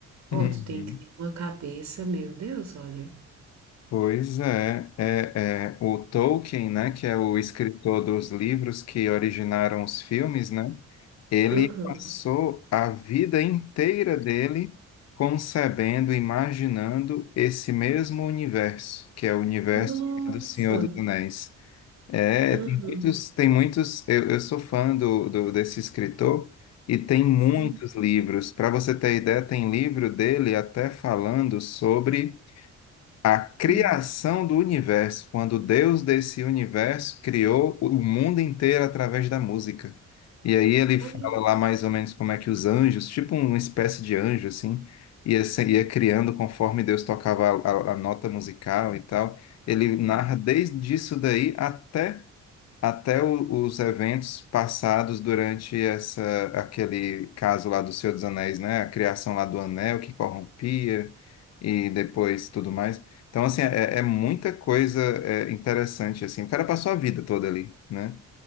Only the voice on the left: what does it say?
Uhum.
Pois é, é, é, o Tolkien, né, que é o escritor dos livros que originaram os filmes, né, ele
passou a vida inteira dele concebendo, imaginando esse mesmo universo, que é o universo
do Senhor dos Anéis. É,
tem muitos, tem muitos, eu, eu sou fã do, do- desse escritor e tem muitos
livros. Para você ter ideia, tem livro dele até falando sobre a criação
do universo, quando Deus desse universo criou o mundo inteiro através da música. E aí ele fala
lá mais ou menos como é que os anjos, tipo uma espécie de anjo assim, ia, se- ia criando conforme Deus tocava a, a- a nota musical e tal. Ele
narra desde isso daí até até o- os eventos passados durante essa aquele caso lá do Senhor dos Anéis, né? A criação lá do anel que corrompia e depois
tudo
mais. Então, assim, é, é muita coisa é, interessante, assim. O cara passou a vida toda ali, né?